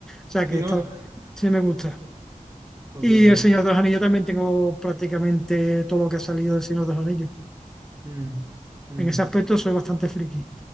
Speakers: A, in the centre; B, on the right (about 25°).
A: sea
B: Sí,
A: que esta
B: ¿no? <laughs>
A: sí me gusta.
B: Ok,
A: Y
B: ok.
A: El Señor de los Anillos también tengo prácticamente todo lo que ha salido del Señor de los Anillos.
B: Mm, mm.
A: En ese aspecto soy bastante friki,